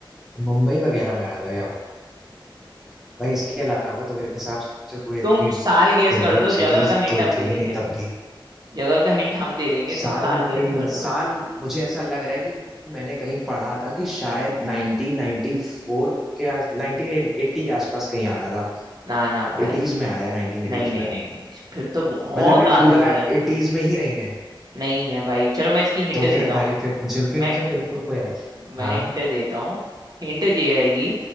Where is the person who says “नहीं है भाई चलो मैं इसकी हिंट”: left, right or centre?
Right